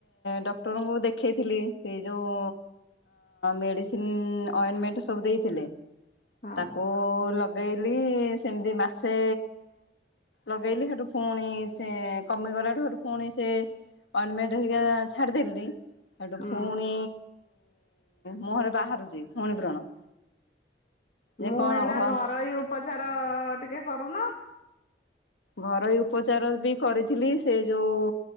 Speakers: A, on the left; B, on the left.
A: ଡକ୍ଟରଙ୍କୁ ଦେଖେଇଥିଲି ସେ ଯୋଉ ମେଡିସିନ ଅଇଣ୍ଟମେଣ୍ଟ ସବୁ ଦେଇଥିଲେ
B: ହଁ
A: ତାକୁ ଓ ଲଗେଇଲି ସେମିତି ମାସେ ଲଗେଇଲି ସେଠୁ ପୁଣି ସେ କମିଗଲାଠୁ ହୋଉଠୁ ପୁଣି ସେ ଅଇଣ୍ଟିମେଣ୍ଟ ହେରିକା ଛାଡିଦେଲି। ସେଇଠୁ
B: ହୁଁ
A: ଫୁଣି ମୁହଁରେ ବାହାରୁଛି ଫୁଣି ବ୍ରଣ। ଯେ
B: ମୁଁ
A: କଣ
B: ହେଲା
A: ଘ
B: ଘରୋଇ ଉପଚାର ଟିକେ କରୁନ।
A: ଘରୋଇ ଉପଚାର ବି କରିଥିଲି ସେ ଯୋଉ